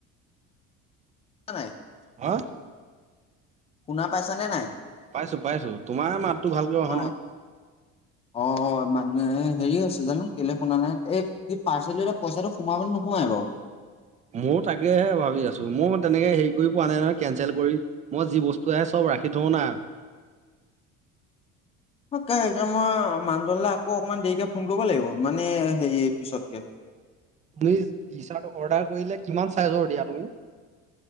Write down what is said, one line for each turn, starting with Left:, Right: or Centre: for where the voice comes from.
Left: <unintelligible>
Right: হা?
Left: শুনা পাইছা নে নাই।
Right: পাইছোঁ পাইছোঁ তোমাৰ মাতটো ভালকে অহা
Left: অ
Right: নাই।
Left: অ' হ' মানে এই হেৰি হৈছিলে ন' কেলে শুনা নাই এই কি পাৰ্চেলৰ এতিয়া পইচাটো সোমাবনে নোসোমাই আৰু।
Right: ময়ো তাকেহে ভাবি আছোঁ মই তেনেকে হেৰি কৰি পোৱা নাই নহয় কেনচেল কৰি। মই যি বস্তু আহে চব ৰাখি থওঁ না।
Left: <unintelligible> মই মানুহজনলে আকৌ অকমান দেৰিকে ফোন কৰিব লাগিব মানে হেৰি পিছতকে।
Right: <unintelligible> টি চাৰ্ট অৰ্ডাৰ কৰিলে কিমান চাইজৰ দিয়া তুমি।